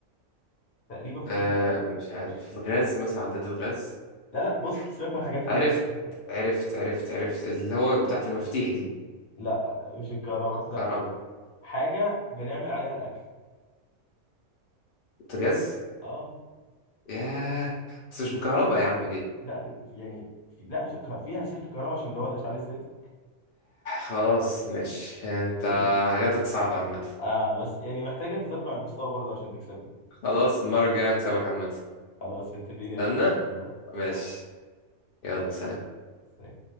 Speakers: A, on the left (about 40°); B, on the left (about 65°).
A: تقريبا في
B: آه،
A: كل
B: مش عارف الغاز مثلا عداد الغاز
A: لا لا بص سيبك من الحاجات المتاسسه
B: عرفت عرفت عرفت عرفت اللي هو بتاعت المفاتيح دي
A: لا مش الكهرباء
B: الكهرباء
A: لا حاجه بنعمل عليها الاكل
B: بوتاجاز
A: اه
B: ياه بس مش بالكهرباء يا عم دي
A: لا ب... يعني في... لا بسك... فيها سلك كهرباء عشان اللي هو الاشعال الذاتي
B: خلاص ماشي يعني انت
A: إيه.
B: حاجاتك صعبة عامة
A: اه بس يعني محتاج انت ترفع المستوى برضه عشان تكسبني
B: خلاص المرة الجاية هكسبك عامة
A: خلاص متفقين يا
B: استنى
A: باشا الله
B: ماشي
A: اتفقنا.
B: يلا سلام
A: سلام.